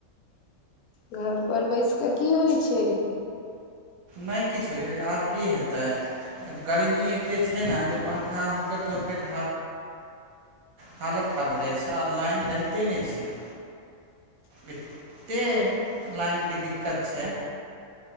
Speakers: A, on the left (about 80°); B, on the right (about 70°).
A: घरपर बैस कऽ की होइ छै
B: नय किछु होइ छै आर की हेतै गर्मी एतेक छै ने जे पंखा होकैत होकैत हा हालत खराब भऽ जाइ छै आ लाइन रहिते नय छै एते
A: हँ
B: लाइनके दिक्कत छै